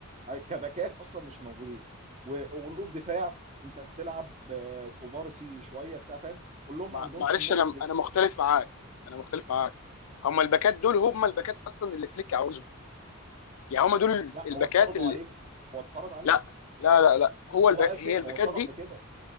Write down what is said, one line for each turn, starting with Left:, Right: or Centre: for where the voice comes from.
Right: كباكات اصلا مش موجودين وقلوب دفاع انت بتلعب آه، كوبارسي شويه بتاع فاهم كلهم
Left: مع-
Right: ما عندهمش
Left: معلش
Right: النضج
Left: انا انا مختلف معاك انا مختلف معاك هم الباكات دول هم الباكات اصلا اللي فليك عاوزهم يعني هم دول
Right: لا
Left: الباكات
Right: هو اتفرضوا
Left: اللي
Right: عليهم هو اتفرض عليه
Left: لا لا لا لا هو الب...
Right: هو قال
Left: هي
Right: كده
Left: الباكات
Right: هو صرح
Left: دي
Right: بكده